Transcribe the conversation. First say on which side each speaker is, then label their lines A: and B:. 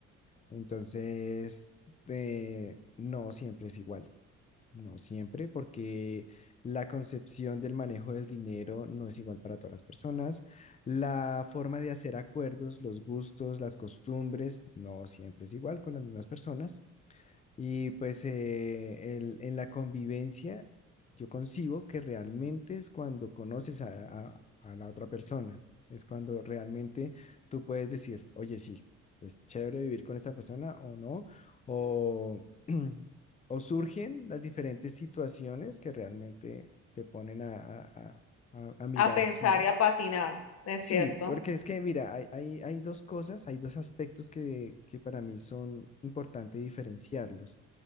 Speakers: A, on the left (about 25°); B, on the left (about 55°).
A: Entonces, eh, no siempre es igual. No siempre, porque la concepción del manejo del dinero no es igual para todas las personas. La forma de hacer acuerdos, los gustos, las costumbres, no siempre es igual con las mismas personas. Y pues eh, el- en la convivencia yo concibo que realmente es cuando conoces a, a- a la otra persona, es cuando realmente tú puedes decir, oye, sí, es chévere vivir con esta persona o no, o, <clears throat> o surgen las diferentes situaciones que realmente te ponen a, a- a- a- a mirar
B: A pensar
A: si...
B: y a patinar, es
A: Sí,
B: cierto.
A: porque es que mira, hay, hay, hay dos cosas, hay dos aspectos que, que para mí son importantes diferenciarlos